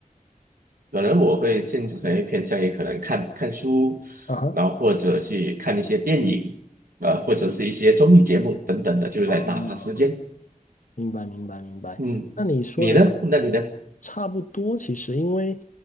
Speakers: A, on the right; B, on the left.
A: 可能我会现可能偏向于可能看看书，
B: 啊
A: 然后或者去看一些电影，呃，或者是一些综艺节目等等的，就是来打发时间。
B: 哈。明白，明白，明白。
A: 嗯，
B: 那你说的
A: 你呢？那你呢？
B: 差不多，其实因为，